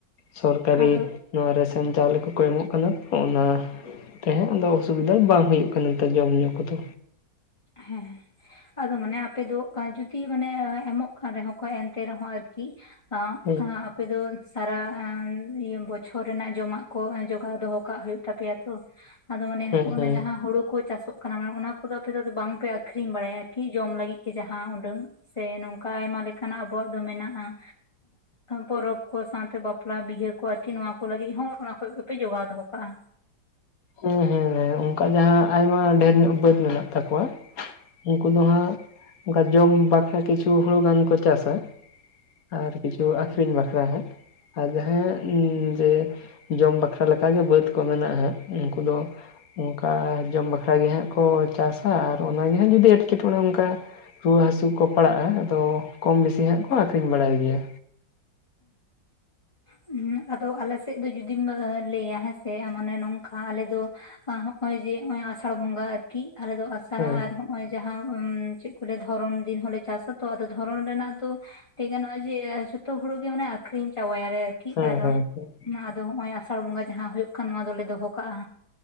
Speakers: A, on the left (about 55°); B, on the left (about 20°).
A: ᱥᱚᱨᱠᱟᱨᱤ᱾
B: ᱟᱫᱚ
A: ᱱᱚᱣᱟ ᱨᱮᱥᱮᱱ ᱪᱟᱣᱞᱮ ᱠᱚᱠᱚ ᱮᱢᱚᱜ ᱠᱟᱱᱟ ᱦᱚᱸᱜ-ᱱᱟ ᱛᱟᱦᱮᱸ ᱟᱫᱚ ᱚᱥᱩᱵᱤᱫᱷᱟ ᱵᱟᱝ ᱦᱩᱭᱩᱜ ᱠᱟᱱᱟ ᱱᱮᱛᱟᱨ ᱡᱚᱢ ᱧᱩ ᱠᱚᱫᱚ᱾
B: ᱦᱮᱸ ᱟᱫᱚ ᱢᱟᱱᱮ ᱟᱯᱮ ᱫᱚ ᱡᱚᱫᱤ ᱢᱟᱱᱮ ᱮᱢᱚᱜ ᱠᱟᱱ ᱨᱮᱦᱚᱸ ᱠᱚ ᱮᱱᱛᱮ ᱨᱮᱦᱚᱸ ᱟᱨᱠᱤ᱾ ᱟᱜ
A: ᱦᱮᱸ
B: -ᱟ ᱟᱯᱮ ᱫᱚ ᱥᱟᱨᱟ ᱵᱚᱪᱷᱚᱨ ᱨᱮᱱᱟᱜ ᱡᱚᱢᱟᱜ ᱠᱚ ᱡᱚᱜᱟᱣ ᱫᱚᱦᱚᱸ ᱠᱟᱜ ᱦᱩᱭᱩᱜ ᱛᱟᱯᱮᱭᱟ ᱛᱚ᱾ᱪ ᱟᱫᱚ ᱢᱟᱱᱮ
A: ᱦᱮᱸ
B: ᱦᱚᱸᱜ-ᱚᱱᱟ
A: ᱦᱮᱸ
B: ᱡᱟᱦᱟᱸ ᱦᱩᱲᱩ ᱠᱚ ᱪᱟᱥᱚᱜ ᱠᱟᱱᱟ ᱢᱟᱱᱮ ᱚᱱᱟ ᱠᱚᱫᱚ ᱟᱯᱮ ᱫᱚ᱾ ᱵᱟᱝᱯᱮ ᱟᱠᱷᱨᱤᱧ ᱵᱟᱲᱟᱭᱟ ᱟᱨᱠᱤ ᱡᱚᱢ ᱞᱟᱹᱜᱤᱫ ᱜᱮ ᱡᱟᱦᱟᱸ ᱩᱸᱰᱟᱹᱝ᱾ᱳᱳᱳ᱾᱾ ᱥᱮ ᱱᱚᱝᱠᱟ ᱟᱭᱢᱟ ᱞᱮᱠᱟᱱᱟᱜ ᱟᱵᱚᱣᱟᱜ ᱫᱚ ᱢᱮᱱᱟᱜᱼᱟᱺ ᱯᱚᱨᱚᱵᱽ ᱠᱚ ᱥᱟᱶᱛᱮ ᱵᱟᱯᱞᱟ ᱵᱤᱦᱟᱹ ᱠᱚ ᱟᱨᱠᱤ ᱱᱚᱶᱟ ᱠᱩ ᱞᱟᱹᱜᱤᱫ ᱦᱚᱸ ᱚᱱᱟ ᱠᱷᱚᱡᱽ ᱜᱮᱯᱮ ᱡᱚᱜᱟᱣ ᱫᱚᱦᱚ ᱠᱟᱜᱼᱟ᱾
A: ᱦᱮᱸ ᱦᱮᱸ ᱚᱱᱠᱟ ᱡᱟᱦᱟᱸ ᱟᱭᱢᱟ ᱰᱷᱮᱨ ᱧᱚᱜ ᱵᱟᱹᱫ ᱢᱮᱱᱟᱜ ᱛᱟᱠᱚᱣᱟ ᱩᱱᱠᱩ ᱫᱚ ᱦᱟᱸᱜ᱾ ᱚᱱᱠᱟ ᱡᱚᱢ ᱵᱟᱠᱷᱨᱟ ᱠᱤᱪᱷᱩ ᱦᱩᱲᱩ ᱜᱟᱱ ᱠᱚ ᱪᱟᱥᱼᱟ᱾ ᱟᱨ ᱠᱤᱪᱷᱩ ᱟᱠᱷᱨᱤᱧ ᱵᱟᱠᱷᱨᱟ ᱦᱟᱸᱜ᱾ ᱟᱨ ᱡᱟᱦᱟᱸᱭᱟᱜ ᱡᱮ ᱡᱚᱢ ᱵᱟᱠᱷᱨᱟ ᱞᱮᱠᱟᱜᱮ ᱵᱟᱹᱫᱽ ᱠᱚ ᱢᱮᱱᱟᱜᱼᱟ ᱩᱱᱠᱩ ᱫᱚ᱾ ᱚᱱᱠᱟ ᱡᱚᱢ ᱵᱟᱠᱷᱨᱟ ᱜᱮ ᱦᱟᱸᱜ ᱠᱚ ᱪᱟᱥᱟ ᱟᱨ ᱚᱱᱟᱜᱮ ᱦᱟᱸᱜ ᱡᱩᱫᱤ ᱮᱸᱴᱠᱮᱴᱚᱬᱮ ᱚᱱᱠᱟ᱾ ᱨᱩᱣᱟᱹ ᱦᱟᱹᱥᱩ ᱠᱚ ᱯᱟᱲᱟᱜᱼᱟ ᱟᱫᱚ ᱠᱚᱢ ᱵᱤᱥᱤ ᱦᱟᱸᱜ ᱠᱚ ᱟᱹᱠᱷᱨᱤᱧ ᱵᱟᱲᱟᱭ ᱜᱮᱭᱟ᱾
B: ᱦᱮᱸ ᱟᱫᱚ ᱟᱞᱮ ᱥᱮᱫ᱾ ᱥᱮᱫ ᱫᱚ ᱡᱩᱫᱤᱢ ᱞᱟᱹᱭᱟ ᱦᱮᱸᱥᱮ ᱢᱟᱱᱮ ᱱᱚᱝᱠᱟ ᱟᱞᱮ ᱫᱚ᱾ ᱦᱚᱸᱜ ᱚᱭ ᱡᱮ ᱦᱚᱸᱜ ᱚᱭ ᱟᱥᱟᱲ ᱵᱚᱸᱜᱟ ᱟᱨᱠᱤ ᱟᱞᱮ ᱫᱚ ᱟᱥᱟᱲ
A: ᱦᱮᱸ
B: ᱟᱨ᱾ ᱦᱚᱸᱜ ᱚᱭ ᱡᱟᱦᱟᱸ ᱪᱮᱫ ᱠᱚ ᱞᱟ. ᱭ-ᱟ ᱫᱷᱚᱨᱚᱱ ᱫᱤᱱ ᱦᱚᱸᱞᱮ ᱪᱟᱥ ᱟᱛᱚ ᱟᱫᱚ ᱫᱷᱚᱨᱚᱱ ᱨᱮᱱᱟᱜ ᱫᱚ᱾ ᱞᱟ. ᱭ ᱜᱟᱱᱚᱜᱼᱟ ᱡᱮ ᱡᱚᱛᱚ ᱦᱩᱲᱩ ᱜᱮ ᱢᱟᱱᱮ ᱟᱠᱷᱨᱤᱧ ᱪᱟᱵᱟᱭᱟᱞᱮ ᱟᱨᱠᱤ
A: ᱦᱮᱸ
B: ᱟᱨ
A: ᱦᱮᱸ ᱦᱮᱸ
B: ᱟᱫᱚ ᱦᱚᱸᱜ ᱚᱭ᱾ ᱟᱥᱟᱲ ᱵᱚᱸᱜᱟ ᱡᱟᱦᱟᱸ ᱦᱩᱭᱩᱜ ᱠᱟᱱ ᱱᱚᱣᱟ ᱫᱚᱞᱮ ᱫᱚᱦᱚ ᱠᱟᱜᱼᱟ